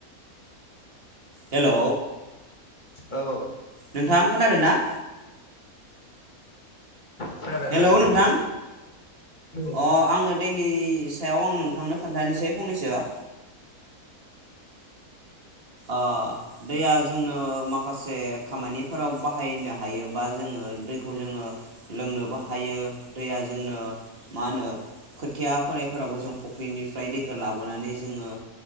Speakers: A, on the right (about 40°); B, on the left (about 35°).
A: हेलौ
B: औ औ
A: नोंथां खोनादों ना
B: खोनादों
A: हेलौ
B: खोनादों
A: नोंथां
B: औ औ औ
A: अ आङो दैनि सायाव आं नोंथांनो खोन्थानोसै फंनैसो ओ दैया जोंनो माखासे खामानिफोराव बाहायनो हायो बा जोङो दैखौ जोङो लोंनोबो हायो दैया जोंनो मा होनो खोथिया फोनायफोरावबो जों फुख्रिनिफ्राय दैखौ लाबोनानै जोङो